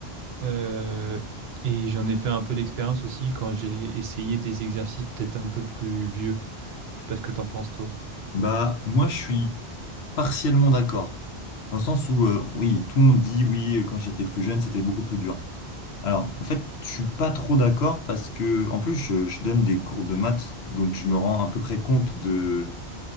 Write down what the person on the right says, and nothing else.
Euh, et j'en ai fait un peu l'expérience aussi quand j'ai essayé des exercices peut-être un peu plus vieux. Je sais pas ce que t'en penses, toi.